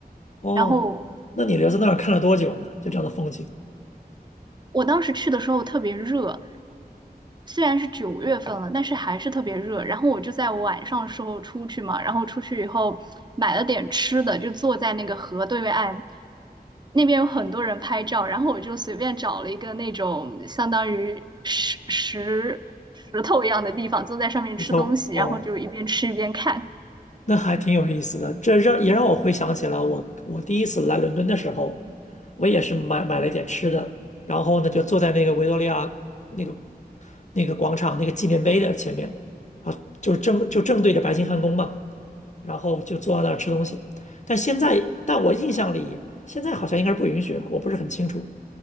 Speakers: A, on the left; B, on the right.
A: 哦，
B: 然后
A: 那你留在那儿看了多久呢？就这样的风景，
B: 我当时去的时候特别热，虽然是九月份了，但是还是特别热。然后我就在晚上时候出去嘛，然后出去以后买了点吃的，就坐在那个河对岸，那边有很多人拍照，然后我就随便找了一个那种相当于石石石头一样的地方，坐在上面吃东西，
A: 就错，哦。
B: 然后就一边吃一边看。
A: 那还挺有意思的，这让也让我回想起了我我第一次来伦敦的时候，我也是买买了一点吃的，然后呢就坐在那个维多利亚那个那个广场那个纪念碑的前面，啊，后就正就正对着白金汉宫嘛，然后就坐在那儿吃东西。但现在，但我印象里现在好像应该是不允许了，我不是很清楚，